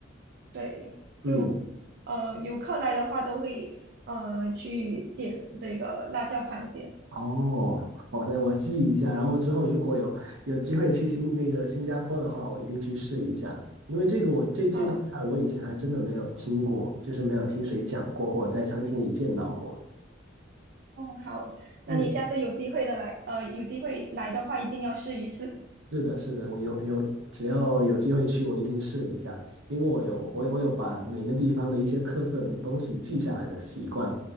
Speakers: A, on the right; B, on the right.
A: 对，
B: 嗯。
A: 就呃游客来的话都会呃去点这个辣椒螃蟹，
B: 哦，好的，我记一下，然后之后如果有有机会去新那个新加坡的话，我一定去试一下，因为这个我这这道菜我以前还真的没有听过，
A: 好吧？
B: 就是没有听谁讲过或者在餐厅里见到过。
A: 哦，好，那你下次有机会的来，
B: 嗯。
A: 呃，有机会来的话一定要试一试。
B: 是的，是的，我有有，只要有机会去，我一定试一下，因为我有我我有把每个地方的一些特色的东西记下来的习惯，